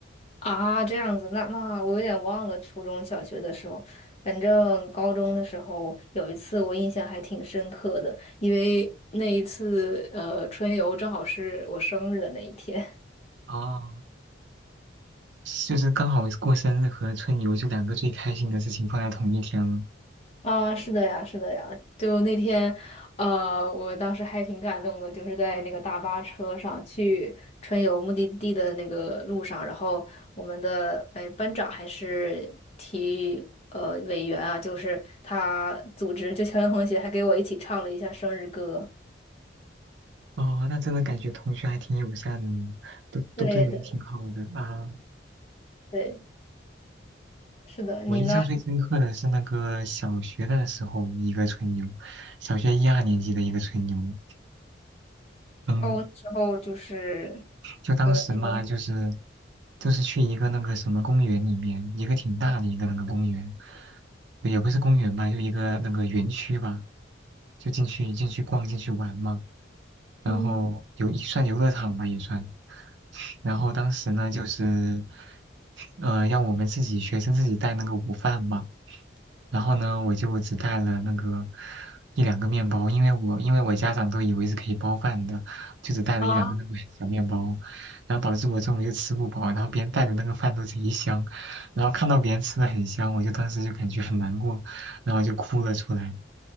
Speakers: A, on the left (about 35°); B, on the right (about 70°).
A: 啊，这样子，那那我有点忘了初中小学的时候，反正高中的时候有一次我印象还挺深刻的，因为那一次呃春游正好是我生日的那一天，
B: 哦，就是刚好过生日和春游就两个最开心的事情放在同一天了。
A: 啊，是的呀，是的呀，就那天，呃，我当时还挺感动的，就是在那个大巴车上去春游目的地的那个路上，然后我们的哎班长还是体育呃委员啊，就是他组织，就乔洋同学还给我一起唱了一下生日歌。
B: 哦，那真的感觉同学还挺友善的，都都对人挺好的啊。
A: 对对对，是的，
B: 我印象最深刻的是那个小学的时候一个春游，
A: 你呢？
B: 小学一二年级的一个春游。嗯，
A: 哦，我那时候就是
B: 就当时嘛，
A: 怎么说？
B: 就是就是去一个那个什么公园里面，一个挺大的一个那个公园，也不是公园吧，就一个那个园区吧，就进去进去逛进去玩嘛。然后有一算游乐场吧也算。
A: 嗯
B: 然后当时呢，就是，呃，让我们自己学生自己带那个午饭嘛。然后呢，我就只带了那个一两个面包，因为我因为我家长都以为是可以包饭的，就只带了一两个那个小面包，
A: 啊
B: 然后导致我中午就吃不饱，然后别人带的那个饭都贼香，然后看到别人吃的很香，我就当时就感觉很难过，然后就哭了出来。